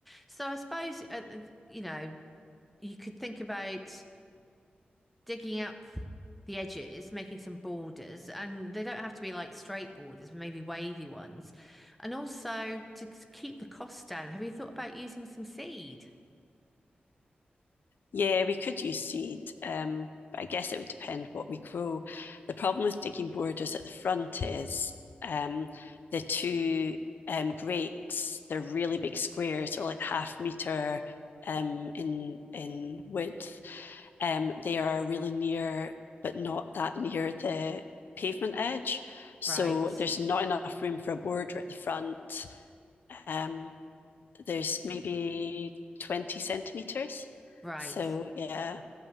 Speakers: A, in the centre; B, on the left.
A: So I suppose, uh, uh, you know, you could think about. digging up the edges, making some borders, and they don't have to be like straight borders, but maybe wavy ones. And also to keep the cost down, have you thought about using some seed?
B: Yeah, we could use seed, um, but I guess it would depend what we grow. The problem with digging borders at the front is um, the two um, grates, they're really big squares, or like half meter um, in in width. Um, they are really near, but not that near the pavement edge. So
A: Right,
B: there's not enough room for a border at the front. Um, there's maybe 20 centimeters.
A: right.
B: So yeah.